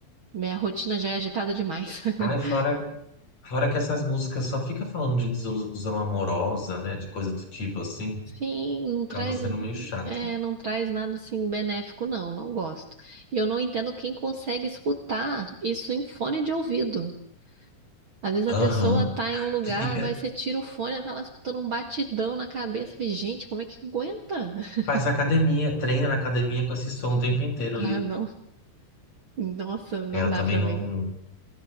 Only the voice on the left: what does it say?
Ai,
fora, fora que essas músicas só fica falando de desilusão amorosa, né? De coisa do tipo assim.
Acaba sendo meio chato.
né?
Aham.
Que fica
Faz academia, treina na academia com esse som o tempo inteiro
ali.
É, eu
também
não.